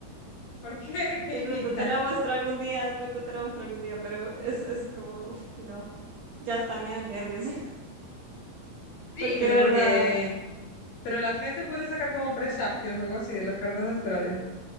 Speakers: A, on the left (about 80°); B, on the right (about 65°).
A: ¿Por qué? ¿Qué
B: de
A: indica?
B: pronto te la muestro algún día, de pronto te la muestro algún día, pero es, es como, uf, no, ya está, me dan nervios. <laughs>
A: Sí,
B: Porque
A: pero
B: de verdad,
A: porque... Pero la gente puede sacar como presagios o algo así de las cartas astrales.